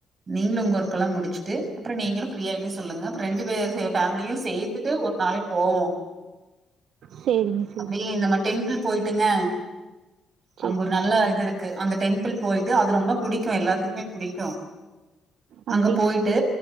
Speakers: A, on the right (about 45°); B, on the right (about 75°).
A: நீங்களும் உங்க ஒர்க்கெல்லாம் முடிச்சுட்டு அப்புறம் நீங்களும் ஃப்ரீ ஆயிட்டு சொல்லுங்க அப்புறம் ரெண்டு பேர் சேர் ஃபேமிலியும் சேத்துட்டு ஒரு நாள் போவோம்
B: சேரிங்க சேரிங்க
A: அப்புடியே இந்த மாரி டெம்பிள் போய்ட்டுங்க
B: சேரி
A: அங்க ஒரு நல்ல இதுருக்கு அந்த டெம்ப்பிள் போயி அது ரொம்ப புடிக்கு எல்லாத்துக்மே புடிக்கு
B: அப்டிங்களா
A: அங்க போயிட்டு